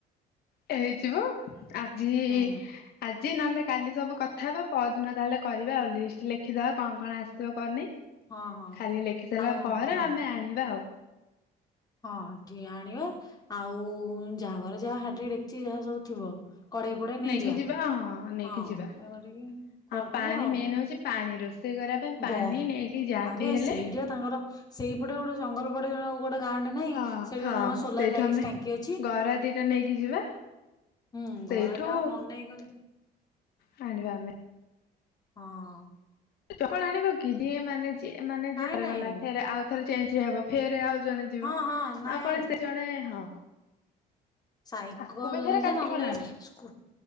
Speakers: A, on the left (about 70°); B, on the left (about 20°).
A: ହେଇଯିବ ଆଜି
B: ହୁଁ
A: ଆଜି ନହେଲେ କାଲି ସବୁ କଥା ହବା ପଅରଦିନ ତାହେଲେ କରିବା ଆଉ ଲିଷ୍ଟ ଲେଖିଦେବା। କଁ କଁ ଆସିବ କଁ ନାଇଁ
B: ହଁ ହଁ
A: ଖାଲି ଲେଖି ସାରିଲା
B: ଆଉ
A: ପରେ
B: ହଁ
A: ଆମେ ଆଣିବା ଆଉ।
B: ହଁ ଠି ଆଣିବା ଆଉ ଯାହାଘରେ ଯାହା ହାଡି ଡେକିଚି ଯାହା ସବୁ ଥିବ। କଢେଇ ଫଡେଇ ନେଇଯିବା
A: ନେଇକି ଯିବା ନେଇକି
B: ହଁ
A: ଯିବା
B: ଏଇ କରିକି କରିଦବା
A: ଆଉ ପାଣି
B: ଆଉ।
A: ମେନ୍ ହଉଛି ପାଣି ରୋଷେଇ କରିବା ପାଇଁ ପାଣି
B: ଗ
A: ନେଇକି ଯା
B: ଆରେ
A: ବିି ହେଲେ
B: ସେଇଟା ତାଙ୍କର ସେଇପଟେ ଗୋଟେ ଜଙ୍ଗଲ ପଡେ ତାଙ୍କର ଗୋଟେ ଗାଁଟେ ନାଇଁ
A: ହଁ
B: ସେଇଟି
A: ହଁ
B: ପା ତାଙ୍କର ସୋଲାର
A: ସେଇଠୁ
B: ଲାଗିଚି
A: ଆମେ
B: ଟାଙ୍କି ଅଛି।
A: ଗରା ଦିଟା ନେଇକି ଯିବା
B: ହୁଁ
A: ସେଇଠୁ
B: ଗରାଟା ଆଉ ନ ନେଇଗଲେ।
A: ହାଣିବା ଆମେ।
B: ହଁ।
A: ତୁ କଁ ଆଣିବୁ କି ଯିଏ ମାନେ ଯିଏ ମାନେ
B: ନାଇଁ
A: ଯିଏ <unintelligible>
B: ନାଇଁ
A: ଗଲା ଫେରେ ଆଉ ଥରେ ଚେଞ୍ଚ ହବ। ଫେରେ ଆଉ ଜଣେ ଯିବ
B: ହଁ
A: ଆଉ
B: ହଁ ନାଇଁ
A: କଣ ସେ ଜଣେ ହଁ।
B: ସାଇକଲ୍
A: ତାକୁ ବି ଫେରେ
B: ନେଇଯିଆ
A: କାଟିବ
B: ନହେଲେ
A: ନା ନାଇଁ।
B: ସ୍କୁ